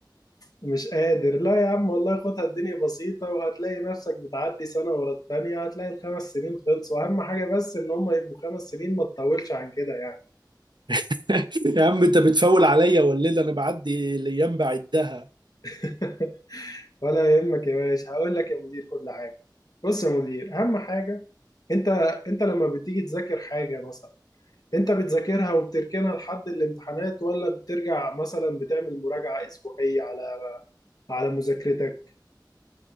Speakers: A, on the left; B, on the right.
A: مش قادر لا يا عم والله خدها الدنيا بسيطة وهتلاقي نفسك بتعدي سنة ورا التانية هتلاقي الخمس سنين خلصوا أهم حاجة بس إن هم يبقوا خمس سنين ما تطولش عن كده يعني
B: <laughs> يا عم انت بتفول عليا والليل انا بعدي الايام بعدها
A: <laughs> ولا يهمك يا باشا هقول لك يا مدير كل حاجة بص يا مدير أهم حاجة أنت أنت لما بتيجي تذاكر حاجة مثلا أنت بتذاكرها وبتركنها لحد الامتحانات ولا بترجع مثلا بتعمل مراجعة أسبوعية على على مذاكرتك